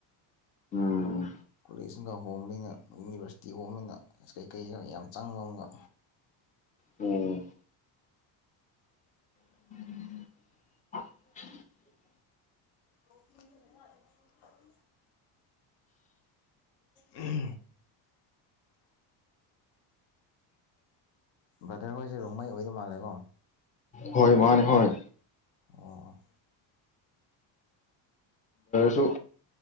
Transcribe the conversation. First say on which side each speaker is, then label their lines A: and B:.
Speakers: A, on the left; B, on the left.
A: ꯎꯝ
B: ꯀꯣꯂꯦꯖ ꯑꯃꯒ ꯍꯣꯝ ꯂꯩꯅ ꯌꯨꯅꯤꯚꯔꯁꯤꯇꯤ ꯍꯣꯝꯅꯤꯅ ꯀꯩꯀꯩꯒ ꯌꯥꯝ ꯆꯪꯕ ꯑꯃꯒ
A: ꯎꯝ <inaudible> <inaudible>
B: <inaudible> ꯎꯝ ꯕ꯭ꯔꯗꯔꯈꯣꯏꯁꯦ ꯔꯣꯡꯃꯩ ꯑꯣꯏꯗꯧ ꯃꯥꯜꯂꯦꯀꯣ
A: ꯍꯣꯏ ꯃꯥꯅꯦ ꯍꯣꯏ
B: ꯑꯣ
A: ꯁꯨ